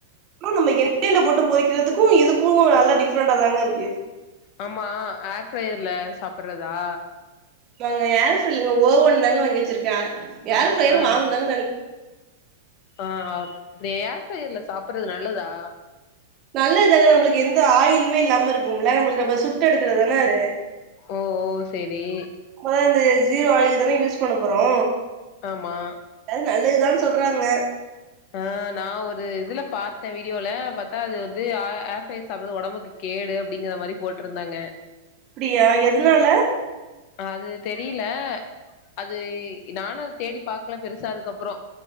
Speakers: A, on the right (about 35°); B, on the left (about 45°).
A: ஆ நம்ம எண்ணெய்ல போட்டு பொறிக்கிறதுக்கு இதுக்கு நல்லா டிஃப்ரெண்டா தாங்க இருக்கு
B: ஆமா ஏர் ஃபயர்ல சாப்பறதா
A: நாங்க ஏர் ஃபயர் இல்லங்க ஓவன் தாங்க வாங்கி வச்சிருக்க ஏர் ஃபயரு
B: ஆ
A: வாங்கனுதாங்க நெனை
B: ஆ அப்டி ஏர் பயர்ல சாப்பறது நல்லதா
A: நல்லதுதாங்க நம்ளுக்கு எந்த ஆயிலுமே இல்லாம இருக்கும்ல்ல நம்மளுக்கு அப்ப சுட் சுட்டேடுக்கறது தான அது
B: ஓ ஓ சேரி
A: நம்மதா இந்த ஜீரோ ஆயில் தான யூஸ் பண்ண போறோ
B: ஆமா
A: அது நல்லதுதா சொல்றாங்க
B: ஆ நா ஒரு இதுல பாத்தே வீடியோல பாத்தா அது வந்து ஆர் ஆர்ஃப்ரையர் சாப்பற்றது ஒடம்புக்கு கேடு அப்டிங்கற மாரி போட்ருந்தாங்க
A: அப்டியா எதுனால
B: ஆ அது தெரில அது நானு அது தேடி பாக்கல பெருசா அதுக்கப்பறோ